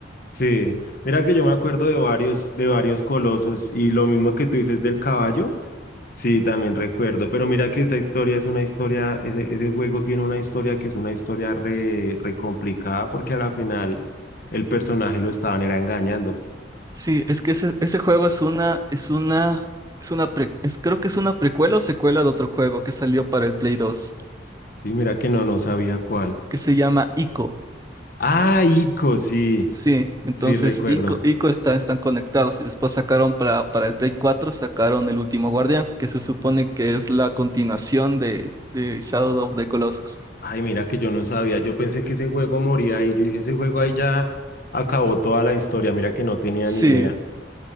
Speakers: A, on the left; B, on the right.
A: sí. Mira que yo me acuerdo de varios, de varios colosos y lo mismo que tú dices del caballo. Sí, también recuerdo, pero mira que esa historia es una historia, ese, ese juego tiene una historia que es una historia re, re complicada porque a la final el personaje lo estaban era engañando.
B: Sí, es que ese, ese juego es una, es una, es una pre- es- creo que es una precuela o secuela de otro juego que salió para el Play dos
A: Sí, mira que no, no sabía cuál.
B: que se llama Ico.
A: Ah, Ico, sí,
B: Sí, entonces
A: sí recuerdo.
B: Ico, Ico está, están conectados y después sacaron para, para el Play cuatro sacaron El Último Guardián, que se supone que es la continuación de, de Shadow of the Colossus.
A: Ay, mira que yo no sabía, yo pensé que ese juego moría y yo dije, ese juego ahí ya acabó toda la historia, mira que no tenía
B: Sí,
A: ni idea.